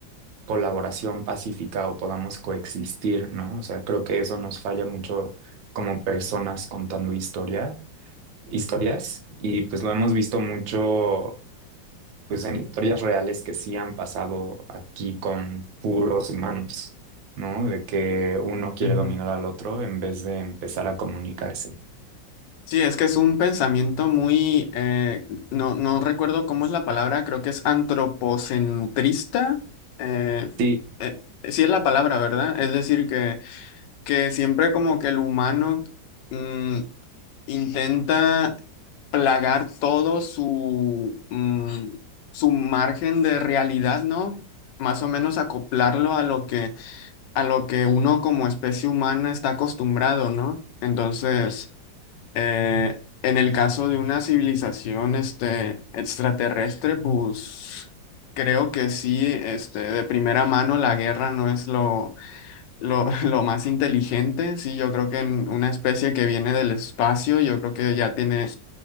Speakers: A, on the right; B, on the left.
A: colaboración pacífica o podamos coexistir, ¿no? O sea, creo que eso nos falla mucho como personas contando historia historias y pues lo hemos visto mucho pues en historias reales que sí han pasado aquí con puros humanos, ¿no? De que uno quiere
B: Ujú.
A: dominar al otro en vez de empezar a comunicarse.
B: Sí, es que es un pensamiento muy, eh, no, no recuerdo cómo es la palabra, creo que es antropocentrista. eh,
A: Sí,
B: eh, sí es la palabra, ¿verdad? Es decir, que que siempre como que el humano mm, intenta plagar todo su, mm, su margen de realidad, ¿no? Más o menos acoplarlo a lo que, a lo que uno como especie humana está acostumbrado, ¿no? Entonces, eh, en el caso de una civilización este, extraterrestre, pues creo que sí, este, de primera mano la guerra no es lo lo, <laughs> lo más inteligente, sí, yo creo que en una especie que viene del espacio, yo creo que ya tiene